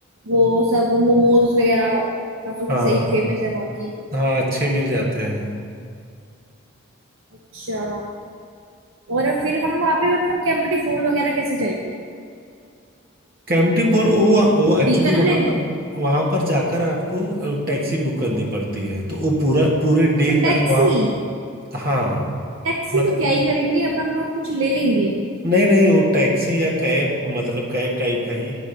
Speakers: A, on the right; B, on the right.
A: वो सब मोमोज वगैरह काफी
B: हाँ
A: सही फेमस है वहाँ की
B: हाँ अच्छे मिल जाते हैं
A: अच्छा और फिर हम वहाँ पे मतलब कैंपटी फोल वगैरह कैसे जाएंगे
B: कैंपटी फॉर वो वो एक्चुअली
A: व्हीकल
B: वहां
A: लेने
B: पर वहां पर जाकर आपको टैक्सी बुक करनी पड़ती है तो वो पूरा पूरे
A: अच्छा
B: डे का
A: टैक्सी
B: वहाँ हाँ
A: टैक्सी
B: मतलब
A: तो क्या ही करेंगे अपन लोग कुछ ले लेंगे
B: नहीं नहीं वो टैक्सी या कैब मतलब कैब टाइप का ही